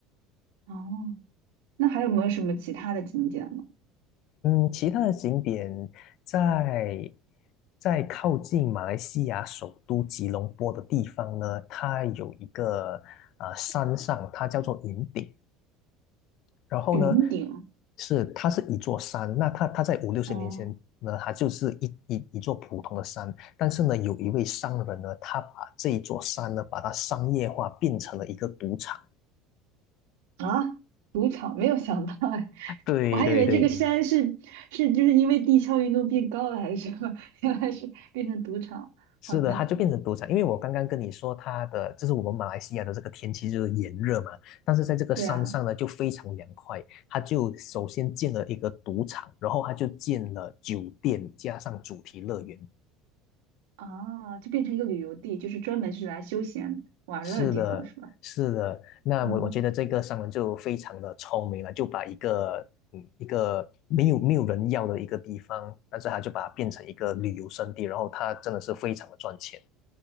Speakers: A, on the right (about 75°); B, on the left (about 60°).
A: 哦，那还有没有什么其他的景点呢？
B: 嗯，其他的景点在在靠近马来西亚首都吉隆坡的地方呢，它有一个啊、呃山上，它叫做云顶。然后呢，
A: 云顶，
B: 是它是一座山，那它它在五六十年前呢，
A: 哦。
B: 它就是一一一座普通的山。但是呢，有一位商人呢，他把这一座山呢，把它商业化，变成了一个赌场。
A: 啊，赌场没有想到哎，
B: 对对对。
A: 我还以为这个山是是就是因为地壳运动变高了还是什么，原来是变成赌场。
B: 是的，
A: 好的，
B: 它就变成赌场，因为我刚刚跟你说，它的就是我们马来西亚的这个天气就是炎热嘛，但是在这个山上呢就非常凉快，
A: 对啊，
B: 它就首先建了一个赌场，然后它就建了酒店加上主题乐园。
A: 啊，就变成一个旅游地，就是专门是来休闲玩乐的地方是吧？
B: 是的，是的，那我我觉得这个商人就非常的聪明了，
A: 啊，
B: 就把一个嗯一个没有没有人要的一个地方，但是他就把它变成一个旅游胜地，然后他真的是非常的赚钱。